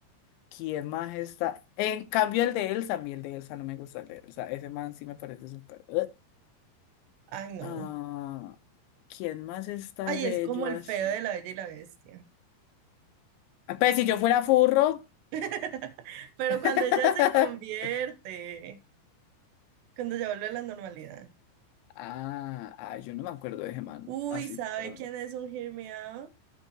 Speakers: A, on the left; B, on the right.
A: ¿Quién más está? En cambio, el de Elsa, a mí el de Elsa no me gusta, el de Elsa. Ese man sí me parece súper. eh.
B: Ay, no.
A: Ah, ¿quién más está
B: Ay,
A: bello
B: es como
A: así?
B: el feo de la Bella y la Bestia.
A: Ah, Pues si yo fuera furro.
B: <laughs> Pero
A: <laughs>
B: cuando ya se convierte, cuando ya vuelve a la normalidad.
A: Ah, ah, yo no me acuerdo de ese man.
B: Uy,
A: Así
B: ¿sabe
A: por.
B: quién es un Hear Me Out?